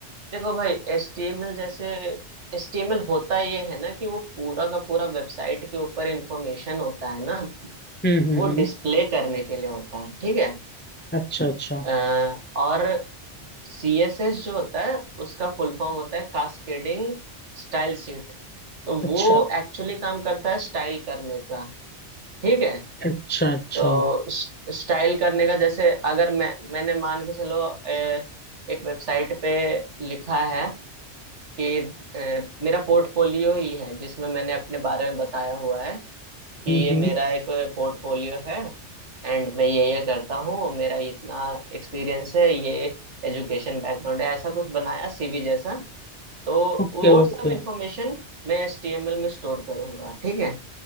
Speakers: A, on the right (about 75°); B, on the left (about 15°).
A: देखो भाई एच टी एम एल जैसे एच टी एम एल होता ये है ना कि वो पूरा का पूरा वेबसाइट के ऊपर इंफॉर्मेशन होता है ना
B: हम्म हम्म
A: वो
B: हम्म
A: डिस्प्ले करने के लिए होता है ठीक है
B: अच्छा अच्छा
A: अ, और सी एस एस जो होता है उसका फुल फॉर्म होता है कास्केडिंग स्टाइल शीट तो
B: अच्छा
A: वो एक्चुअली काम करता है स्टाइल करने का ठीक है
B: अच्छा अच्छा
A: तो स्टाइल करने का जैसे अगर मैं मैंने मान के चलो अ, एक वेबसाइट पे लिखा है कि अ, मेरा पोर्टफोलियो ही है जिसमें मैंने अपने बारे में बताया हुआ है कि
B: हम्म
A: ये
B: हम्म
A: मेरा एक पोर्टफोलियो है एंड मैं ये ये करता हूँ मेरा इतना एक्सपीरियंस है ये एजुकेशन बैकग्राउंड है ऐसा कुछ बनाया सीवी जैसा तो
B: Okay
A: वो सब
B: okay
A: इंफॉर्मेशन मैं एचटीएमएल में स्टोर करूंगा ठीक है